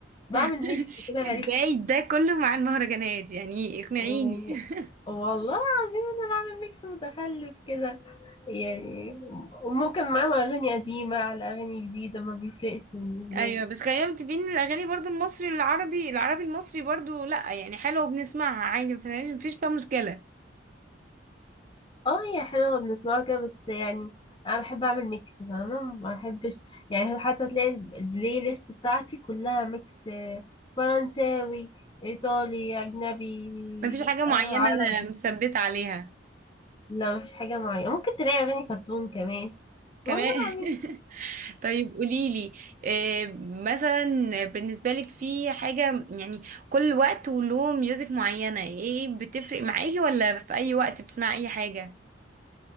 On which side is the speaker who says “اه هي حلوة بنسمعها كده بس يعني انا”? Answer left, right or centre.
Left